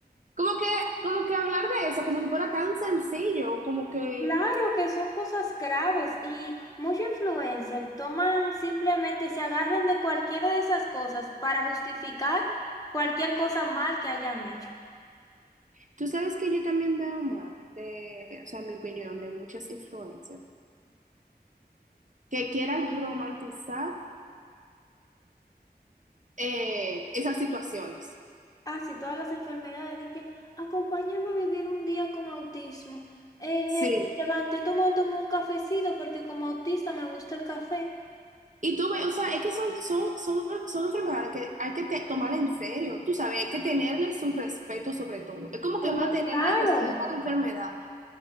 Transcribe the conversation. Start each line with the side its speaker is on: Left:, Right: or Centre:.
Right: Como que, como que hablar de eso, como si fuera tan sencillo, como que
Left: claro que son cosas graves y muchos influencers toman simplemente, se agarran de cualquiera de esas cosas para justificar cualquier cosa mal que hayan hecho.
Right: tú sabes que yo también veo mal de, o sea, mi opinión de muchas influencers que quieran romantizar eh, esas situaciones.
Left: Así todas las enfermedades, y que acompáñame a vivir un día con autismo. Eh,
Right: Sí.
Left: ne- me levanté tomándome un cafecito porque como autista me gusta el café.
Right: Y tú ves, o sea, es que son, son, son, son enfermedades que hay que te- tomar en serio, tú sabes, hay que tenerle su respeto sobre todo. Es como que
Left: Pero
Right: más tenerle
Left: claro.
Right: respeto a la enfermedad,